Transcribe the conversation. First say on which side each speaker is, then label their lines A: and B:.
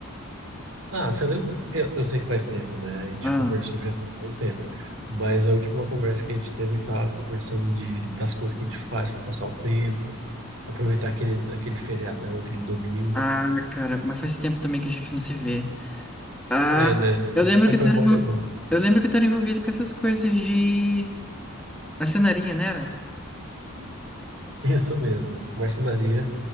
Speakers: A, on the right (about 65°); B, in the centre.
A: ah, você lembra? Eu, eu sei que faz tempo, né? A gente
B: Ah,
A: conversou já tem um bom tempo. Mas a última conversa que a gente teve, a gente tava conversando de, das coisas que a gente faz para passar o tempo, aproveitar aquele, aquele feriadão, aquele domingo.
B: ah, cara, mas faz tempo também que a gente não se vê. Ah,
A: É, né? Você
B: eu lembro
A: tá
B: que
A: com
B: tu
A: a
B: era,
A: memória
B: envol-
A: ruim.
B: eu lembro que tu era envolvido com essas coisas de marcenaria, né, era?
A: <laughs> Isso mesmo. Marcenaria,